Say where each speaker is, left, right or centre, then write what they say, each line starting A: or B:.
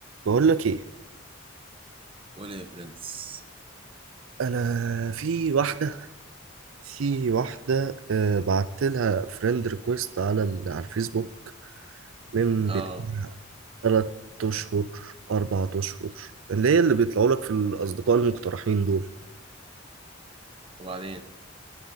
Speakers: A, on the right; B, on the right.
A: بقول لك ايه
B: قول يا برنس
A: انا في واحده في واحده آه، بعت لها فريند ريكويست على ال- على الفيسبوك من
B: اه
A: بت- تلات اشهر اربع اشهر اللي هي اللي بيطلعوا لك في الاصدقاء المقترحين دول
B: وبعدين